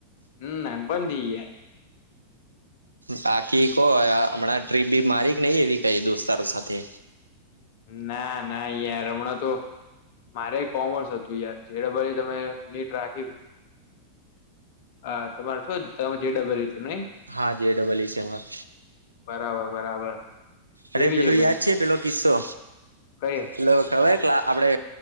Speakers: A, on the left; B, on the right.
A: હમ નાનપણથી યાર
B: બાકી કો હમણાં ટ્રીપ બી મારી કે નહી એવી કઈ દોસ્તારો સાથે
A: ના ના યાર હમણાં તો મારે કોમર્સ હતું યાર જેડ ભલી તમે નીટ રાખી હા તમારે શું તમે જે ડબલ ય રીતે નઈ
B: હા જે ડબલ ઇ સમમાં
A: બરાબર બરાબર! કેવી
B: અરે પેલું
A: જઈ પરીક્ષા
B: યાદ છે પેલો કિસ્સો
A: કઈ
B: પેલો ખબર આપડે